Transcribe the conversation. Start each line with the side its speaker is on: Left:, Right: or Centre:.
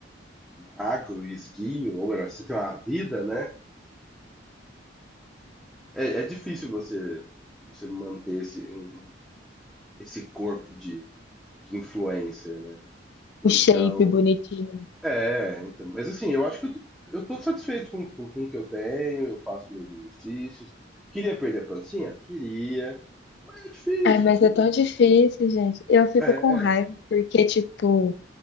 Centre: magro e esguio, ou melhor, você tem uma vida, né? É, é difícil você você manter esse, um- um, esse corpo de, de influencer. né? Então,
Left: O shape bonitinho.
Centre: é, então, mas assim, eu acho que eu tô, eu tô satisfeito com, com, com o que eu tenho, eu faço meus exercícios. Queria perder a pancinha? Queria, mas é difícil.
Left: Ai, mas
Centre: filho.
Left: é tão difícil, gente. Eu fico
Centre: É,
Left: com raiva, porque, tipo,